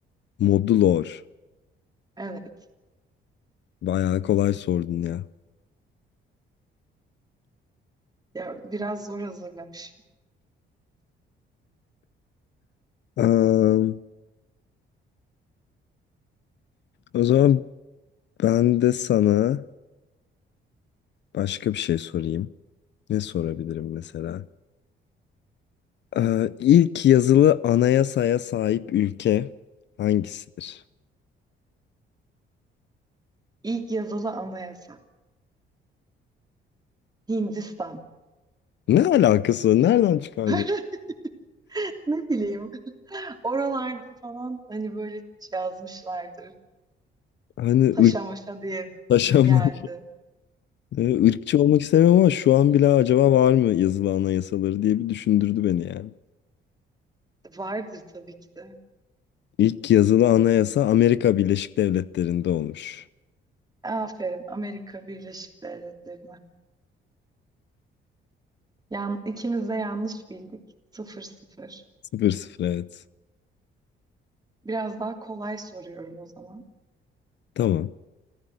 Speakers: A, on the left; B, on the right.
A: Modulor.
B: Evet.
A: Bayağı kolay sordun ya.
B: Ya biraz zor hazırlamışım.
A: Aa, o zaman ben de sana başka bir şey sorayım. Ne sorabilirim mesela? Ee, ilk yazılı anayasaya sahip ülke hangisidir?
B: İlk yazılı anayasa. Hindistan.
A: Ne alakası var? Nereden çıkardı?
B: <laughs> Ne bileyim. Oralarda falan hani böyle yazmışlardır.
A: Hani
B: Taşa maşa diye
A: ırklaşanmak.
B: bir geldi.
A: Irkçı <laughs> olmak istemiyorum ama şu an bile acaba var mı yazılı anayasaları diye bir düşündürdü beni yani.
B: Vardır tabii ki de.
A: İlk yazılı anayasa Amerika Birleşik Devletleri'nde olmuş.
B: Aferin Amerika Birleşik Devletleri'ne. Yan, ikimiz de yanlış bildik. Sıfır sıfır.
A: Sıfır sıfır evet.
B: Biraz daha kolay soruyorum o zaman.
A: Tamam.